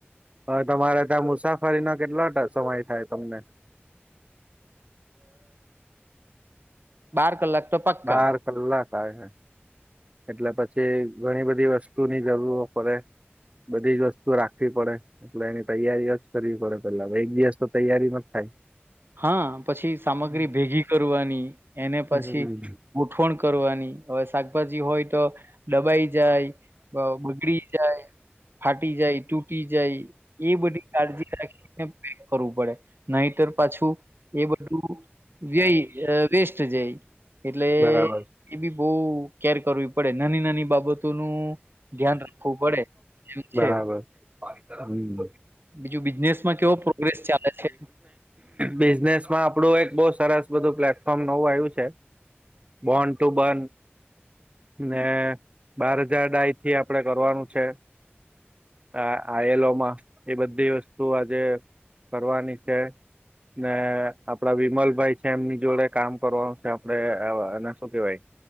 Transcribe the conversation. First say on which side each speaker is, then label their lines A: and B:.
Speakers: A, on the right; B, on the right.
A: હા તમારે ત્યાં મુસાફરીના કેટલો સમય થાય તમને
B: બાર કલાક તો પક્કા
A: બાર કલાક આવે એટલે પછી જે ઘણી બધી વસ્તુની જરૂરો પડે બધી જ વસ્તુ રાખવી પડે એટલે એની તૈયારી જ કરવી પડે પેલા એક દિવસ તો તૈયારીમાં જ થાય
B: હા પછી સામગ્રી
A: હમ
B: ભેગી કરવાની એને
A: હમ.
B: પછી ગોઠવણ કરવાની હવે શાકભાજી હોય તો ડબાઈ જાય બગડી જાય ફાટી જાય તૂટી જાય એ બધી કાળજી રાખીને પેક કરવું પડે નહીતર એ બધું વ્યય વેસ્ટ જાય એટલે
A: બરાબર
B: એ બી બહું કેર કરવી પડે નાની નાની બાબતોનું ધ્યાન રાખવું પડે એમ
A: બરાબર
B: છે
A: હમ
B: બીજું બિઝનેસમાં કેવો પ્રોગ્રેસ ચાલે છે?
A: બિઝનેસ માં આપણું એક બહુ સરસ બધું પ્લેટફોર્મ નવું આવ્યું છે બોર્ન ટુ બર્ન ને બાર હજાર ડાય થી આપડે કરવાનું છે આ આ એલોમાં એ બધી વસ્તુ આજે ભરવાની છે ને આપડા વિમલભાઈ છે એમની જોડે કામ કરવાનું છે આપડે અને શું કેવાય